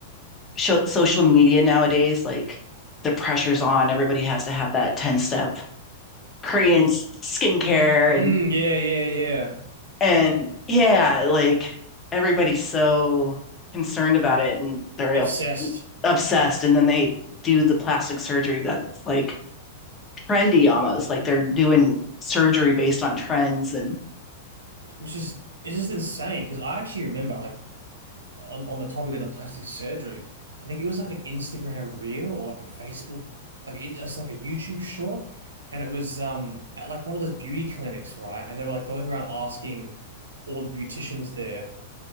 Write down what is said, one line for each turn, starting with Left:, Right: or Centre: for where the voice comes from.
Left: sho social media nowadays, like the pressure's on. Everybody has to have that 10 step Korean s- skincare
Right: Mm,
Left: and
Right: yeah, yeah, yeah.
Left: and yeah, like everybody's so concerned about it and they're
Right: Obsessed,
Left: obsessed and then they do the plastic surgery that's like trendy almost, like they're doing surgery based on trends and
Right: which is it's just insane because I actually remember like on on the topic of the plastic surgery, I think it was like an Instagram reel or like a Facebook, like it- it's like a YouTube short, and it was um at like one of those beauty clinics, right? And they were like going around asking all the beauticians there.